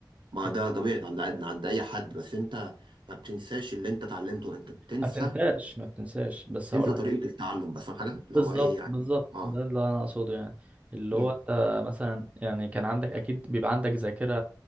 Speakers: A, on the right; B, on the right.
A: ما
B: انت
A: ده طبيعي عند عند اي حد بس انت ما بتنساش اللي انت اتعلمته انت بتنسى
B: ما تنساش ما تنساش بس
A: تنسى
B: هقول
A: طريقه التعلم بس فاهم حاجه اللي
B: بالظبط
A: هو ايه يعني
B: بالظبط
A: اه
B: ده اللي انا اقصده يعني اللي
A: مم.
B: هو انت مثلا يعني كان عندك اكيد بيبقى عندك ذاكرة